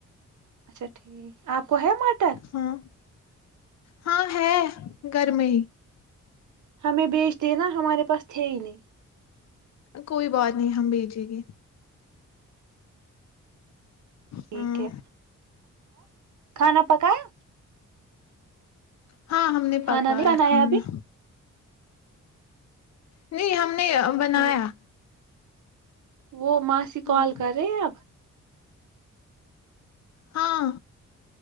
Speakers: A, on the right; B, on the left.
A: اچھا ٹھیک آپ کو ہےے مارٹر
B: ہاں ہاں ہے گھر میں ہی
A: ہمیں بیچ دینا ہمارے پاس تھے ہی نہیں
B: کوئی بات نہیں ہم بھیجیں گے
A: ٹھیک
B: ہاں
A: ہے کھانا پکا یا
B: ہاں ہم نے
A: کھانا
B: پکایا
A: نہیں بنایا
B: کھانا
A: ابھی
B: نہیں ہم نے بنایا
A: ٹھیک وہ ماسی
B: ہاں
A: کال کر رہے اب
B: ہاں